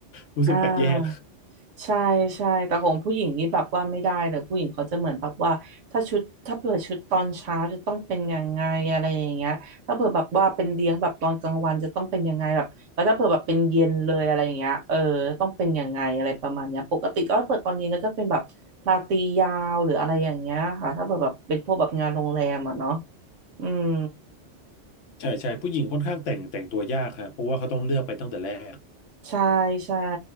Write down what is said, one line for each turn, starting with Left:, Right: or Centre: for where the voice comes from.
Left: <laughs> รู้สึกแปลกแยก
Right: อ่าใช่ใช่แต่ของผู้หญิงนี่แบบว่าไม่ได้เลยผู้หญิงเขาจะเหมือนแบบว่าถ้าชุดถ้าเผื่อชุดตอนเช้าจะต้องเป็นยังไงอะไรอย่างเงี้ยถ้าเผื่อแบบว่าเป็นเลี้ยงแบบตอนกลางวันจะต้องเป็นยังไงแบบแล้วถ้าเผื่อแบบเป็นเย็นเลยอะไรอย่างเงี้ยเออต้องเป็นยังไงอะไรประมาณเนี้ยปกติก็เปิดตอนเย็นก็จะเป็นแบบราตรียาวหรืออะไรอย่างเงี้ยค่ะถ้าเผื่อแบบเป็นพวกแบบงานโรงแรมอ่ะเนาะอืม
Left: ใช่ใช่ผู้หญิงค่อนข้างแต่งแต่งตัวยากฮะเพราะว่าเขาต้องเลือกไปตั้งแต่แรก
Right: ใช่ใช่